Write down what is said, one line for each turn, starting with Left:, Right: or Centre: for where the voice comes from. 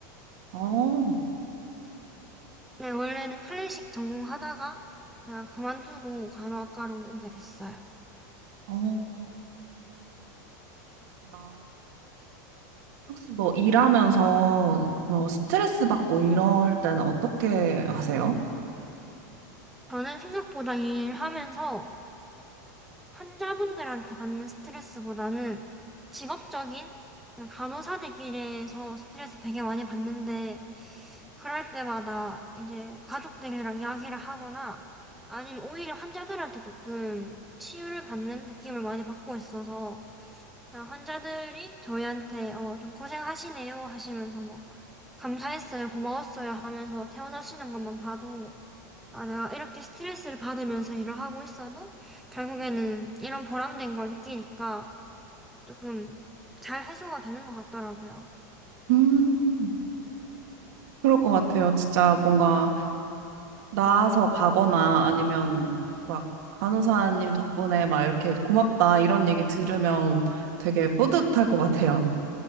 Right: 어,
Centre: 네, 원래는 클래식 전공하다가 그냥 그만두고 간호학과로 오게 됐어요.
Right: 어, 그렇구나. 혹시 뭐 일하면서 뭐 스트레스 받고 이럴 때는 어떻게 하세요?
Centre: 저는 생각보다 일하면서 환자분들한테 받는 스트레스보다는 직업적인 그냥 간호사들끼리에서 스트레스 되게 많이 받는데, 그럴 때마다 이제 가족들이랑 이야기를 하거나, 아니면 오히려 환자들한테 조금 치유를 받는 느낌을 많이 받고 있어서, 그냥 환자들이 저희한테 어, 좀 고생하시네요 하시면서 뭐 감사했어요, 고마웠어요 하면서 퇴원하시는 것만 봐도 아, 내가 이렇게 스트레스를 받으면서 일을 하고 있어도 결국에는 이런 보람된 걸 느끼니까 조금 잘 해소가 되는 것 같더라고요.
Right: 음, 그럴 것 같아요. 진짜 뭔가 나아서 가거나 아니면 막 간호사님 덕분에 막 이렇게 고맙다 이런 얘기 들으면 되게 뿌듯할 것 같아요.